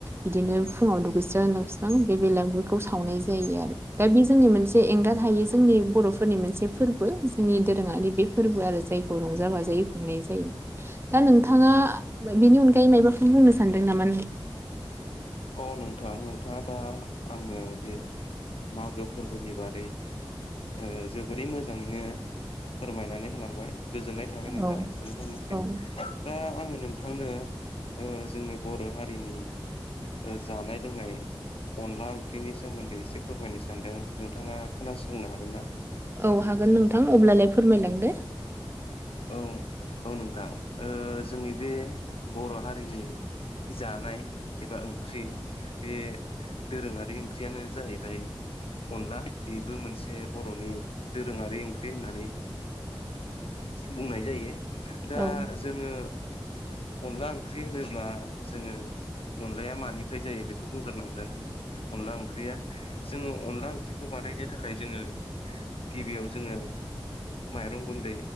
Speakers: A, on the right; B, on the left.
A: बिदिनो फुङाव दुगैस्रां लोबस्रां बे बेलायाव बेलागुरखौ सावनाय जायो आरो दा बे जोंनि मोनसे एंगार हायो जोंनि बर'फोरनि मोनसे फोरबो जोंनि दोरोङारि बे फोरबो आरो जायखौ रंजा बाजायै खुंनाय जायो दा नोंथाङा बेनि अनगायै मायबाफोर बुंनो सानदों नामा
B: औ नोंथां नोंथां आ दा आंनो बे मागो फोरबोनि बारै ओ जोबोरै मोजाङैनो फोरमायनानै होलांबाय गोजोननाय थाबाय नोंथां
A: औ
B: नोंथांनिसिम
A: औ
B: दा आङो नोंथांनो ओ जोंनि बर' हारिनि ओ जानाय लोंनाय अनला ओंख्रिनि सोमोन्दै एसे फोरमायनो सानदों नोंथाङा खोनासंनो हागोन ना
A: औ हागोन नोंथां अब्लालाय फोरमायलांदो
B: औ औ नोंथां ओ जोंनि बे बर' हारिनि जानाय एबा ओंख्रि बे दोरोङारि ओंख्रियानो जाहैबाय अनला बेबो मोनसे बर'नि दोरोङारि ओंख्रि होननानै बुंनाय जायो। दा
A: औ
B: जोङो अनला ओंख्रि होनोब्ला जोङो अनलाया मानिफ्राय जायो बेखौ बुंग्रोनांगोन‌। अनला ओंख्रिया जोङो अनला ओंख्रिखौ बानायनो थाखाय जोङो गिबियाव जोङो माइरं गुन्दै